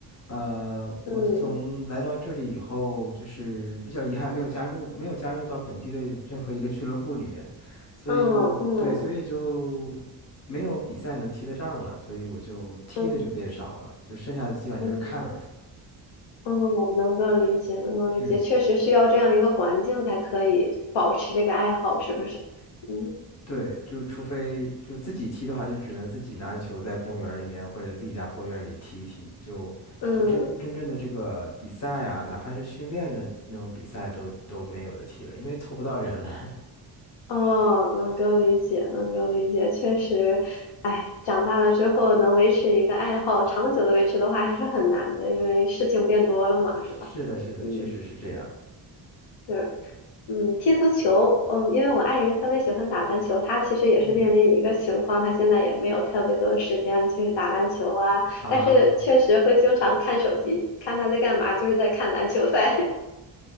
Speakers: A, on the left (about 35°); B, on the left (about 75°).
A: 呃，我自从来到这里以后，
B: 嗯。
A: 就是比较遗憾没有加入，没有加入到本地的任何一个俱乐部里面，所以就对，
B: 嗯嗯
A: 所以就没有比赛能踢得上了，所以我就踢的就变少了，
B: 嗯
A: 就剩下的基本就是看了，
B: 嗯嗯，能够理解，能够理解，
A: 嗯。
B: 确实需要这样一个环境才可以保持这个爱好，是不是？嗯
A: 对，就除非就自己踢的话，就只能自己拿着球在公园儿里面或者在自己家后院儿里踢一踢。就就真真正的这个比赛啊，
B: 嗯，
A: 哪怕是训练的那种比赛都都没有的踢了，因为凑不到人了。
B: 哦，能够理解，能够理解，确实，哎，长大了之后能维持一个爱好，长久的维持的话还是很难的，因为事情变多了嘛，
A: <laughs> 是的，
B: 是吧？
A: 是的，
B: 嗯，
A: 确实是这样。
B: 是，嗯，踢足球，嗯，因为我爱人特别喜欢打篮球，他其实也是面临一个情况，
A: 嗯
B: 他现在也没有特别多的时间去打篮球啊，
A: 啊，
B: 但是确实会经常看手机，看他在干嘛，就是在看篮球赛，